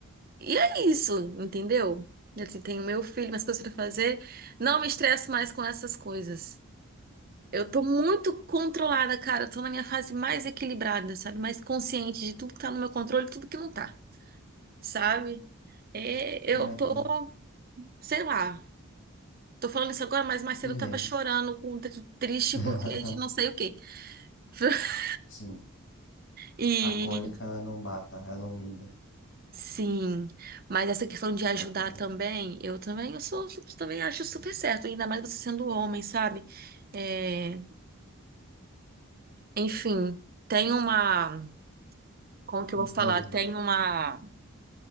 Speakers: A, on the right; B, on the left.
A: E é isso, entendeu? Assim, tenho meu filho, minhas coisas pra fazer. Não me estresso mais com essas coisas. Eu tô muito controlada, cara. Eu tô na minha fase mais equilibrada, sabe? Mais consciente de tudo que tá no meu controle e tudo que não tá, sabe? É,
B: vem
A: eu
B: aqui
A: tô, sei lá. Tô falando isso agora, mas mais cedo
B: e
A: eu
B: vem.
A: tava chorando, com- triste
B: <laughs>
A: porque de não sei o quê. <laughs>
B: Sim,
A: E
B: a cólica ela não mata, ela humilha.
A: Sim, mas essa questão de ajudar
B: A cólica,
A: também, eu também, eu sou, eu também acho
B: sim.
A: super certo, ainda mais você sendo homem, sabe? É, enfim, tem uma, como que eu
B: Um
A: vou
B: peso
A: falar?
B: maior.
A: Tem uma,